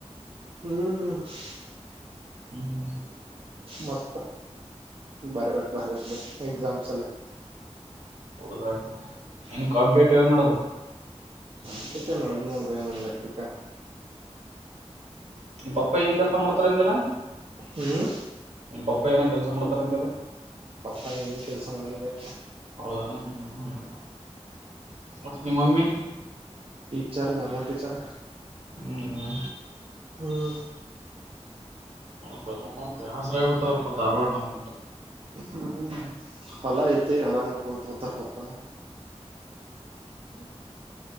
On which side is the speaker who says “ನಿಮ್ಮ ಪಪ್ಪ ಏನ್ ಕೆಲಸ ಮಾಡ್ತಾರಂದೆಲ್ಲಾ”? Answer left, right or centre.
Right